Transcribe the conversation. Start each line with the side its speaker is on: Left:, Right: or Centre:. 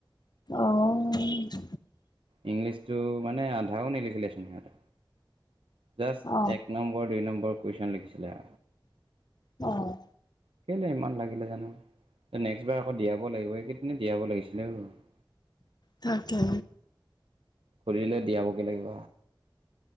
Left: অ'।
Right: ইংলিছটো মানে আধাও নিলিখিলেচোন সিহঁতে। জাস্ট
Left: অ
Right: এক নম্বৰ দুই নম্বৰ কুৱেশ্যন লিখিছিলে।
Left: অ'।
Right: কেলে ইমান লাগিলে জানো নেক্ট বাৰ আকৌ দিয়াব লাগিব, এইকেদিনে দিয়াব লাগিছিলে। <unintelligible>
Left: তাকে।
Right: <unintelligible> দিয়াবগে লাগিব।